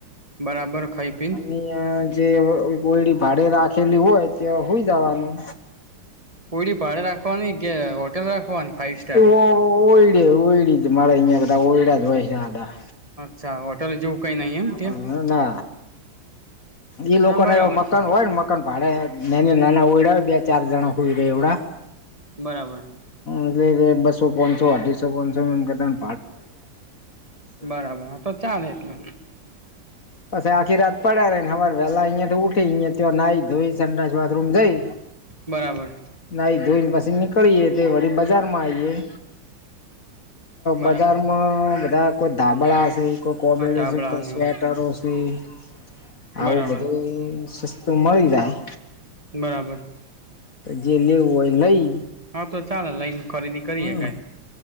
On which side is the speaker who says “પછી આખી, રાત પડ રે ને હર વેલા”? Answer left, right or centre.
Left